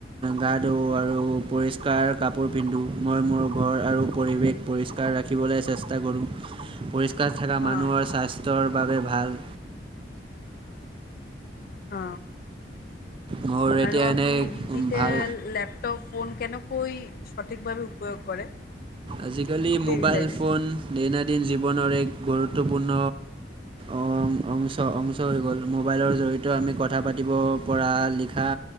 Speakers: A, on the right (about 30°); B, on the left (about 50°).
A: গা ধোও আৰু পৰিষ্কাৰ কাপোৰ পিন্ধো মই মোৰ ঘৰ আৰু পৰিৱেশ পৰি ষ্কাৰ ৰাখিবলৈ চেষ্টা কৰো পৰিষ্কাৰ থকা মানুহৰ
B: অঁ
A: স্বাস্থ্যৰ বাবে ভাল।
B: অ
A: মোৰ এতিয়া
B: আৰু আপনি
A: এনে
B: ডিজিটেল
A: ভাল
B: লেপটপ ফোন কেনেকৈ সঠিকভাৱে উপয়োগ কৰে
A: আজিকালি
B: ডেইলী
A: মোবাইল
B: লাইফ
A: ফোন দৈনন্দিন জীৱনৰ এক গুৰুত্বপূৰ্ণ অ অংচ অংচ হৈ গ'ল মোবাইলৰ জৰিয়তে আমি কথা পাতিব পৰা লিখা